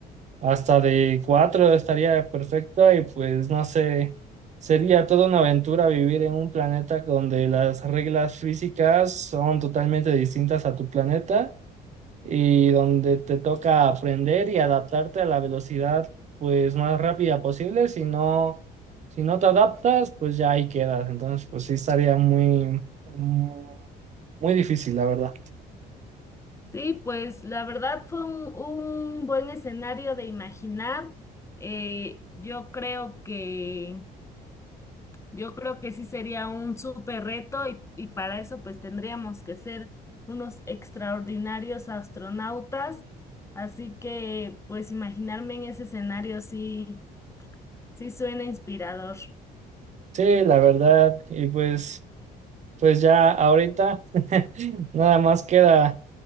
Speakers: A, on the right; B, on the left.
A: Hasta de cuatro estaría perfecto y pues no sé, sería toda una aventura vivir en un planeta donde las reglas físicas son totalmente distintas a tu planeta y donde te toca aprender y adaptarte a la velocidad pues más rápida posible. Si no, si no te adaptas, pues ya ahí quedas. Entonces, pues sí estaría muy, muy difícil, la verdad.
B: Sí, pues la verdad fue un, un buen escenario de imaginar. Eh, yo creo que, yo creo que sí sería un súper reto y, y para eso pues tendríamos que ser unos extraordinarios astronautas. Así que pues imaginarme en ese escenario sí, sí suena inspirador.
A: Sí, la verdad. Y pues, pues ya ahorita <laughs> nada más queda.